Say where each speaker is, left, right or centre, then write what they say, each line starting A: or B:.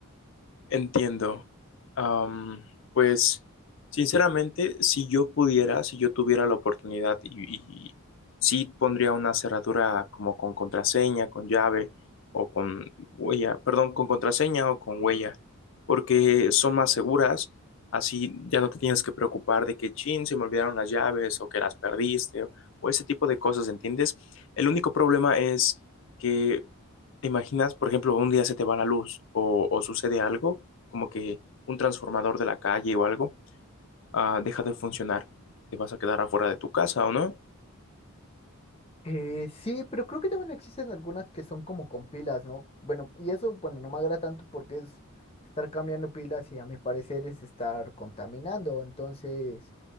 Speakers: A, on the left (about 60°); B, on the left (about 25°).
A: Entiendo. Am, pues, sinceramente, si yo pudiera, si yo tuviera la oportunidad y, y sí pondría una cerradura como con contraseña, con llave o con huella, perdón, con contraseña o con huella, porque son más seguras, así ya no te tienes que preocupar de que, chin, se me olvidaron las llaves o que las perdiste o, o ese tipo de cosas, ¿entiendes? El único problema es que, te imaginas, por ejemplo, un día se te va la luz o o sucede algo como que un transformador de la calle o algo, ah, deja de funcionar. Te vas a quedar afuera de tu casa, ¿o no?
B: Eh, sí, pero creo que también existen algunas que son como con pilas, ¿no? Bueno, y eso, bueno, no me agrada tanto porque es estar cambiando pilas y a mi parecer es estar contaminando, entonces